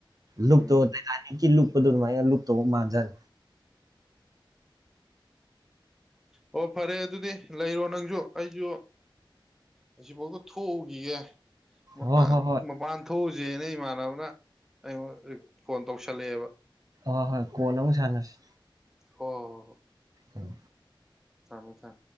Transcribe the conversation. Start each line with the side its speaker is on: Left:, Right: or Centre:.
Right: ꯂꯨꯨꯞꯇꯣ
Centre: ꯎꯝ
Right: ꯇꯥꯏꯇꯥꯅꯛꯀꯤ ꯂꯨꯞ ꯄꯗꯨ ꯗꯨꯏ ꯂꯨꯨꯞꯇꯧꯕ ꯃꯥꯥꯟꯖꯥꯟ
Centre: ꯑꯣ ꯐꯔꯦ ꯑꯗꯨꯗꯤ ꯂꯩꯔꯣ ꯅꯪꯖꯨ ꯑꯩꯖꯨ ꯑꯁꯤꯐꯥꯎꯗ ꯊꯣꯛꯎꯒꯤꯒꯦ ꯃꯄꯥꯟ
Right: ꯍꯣꯏ ꯍꯣꯏ ꯍꯣꯏ
Centre: ꯃꯄꯥꯟ ꯊꯣꯛꯎ <unintelligible> ꯅ ꯏꯃꯥꯅꯕꯅ ꯑꯩꯉꯣꯟ ꯔꯤ ꯐꯣꯟ ꯇꯧꯁꯜꯂꯛꯑꯦꯕ
Right: ꯑ ꯍꯣꯏ ꯀꯣꯟ ꯑꯃꯨꯛ ꯁꯥꯟꯅꯁꯤ
Centre: <unintelligible>
Right: ꯎꯝ
Centre: ꯊꯝꯃꯣ ꯊꯝ